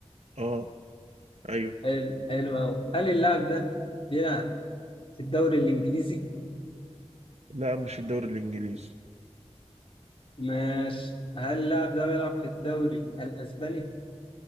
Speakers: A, on the right (about 75°); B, on the left (about 50°).
A: اه ايوه
B: حلو حلو قوي هل اللاعب ده بيلعب في الدوري الانجليزي
A: لا مش في الدوري الانجليزي
B: ماشي هل اللاعب ده بيلعب في الدوري الاسباني؟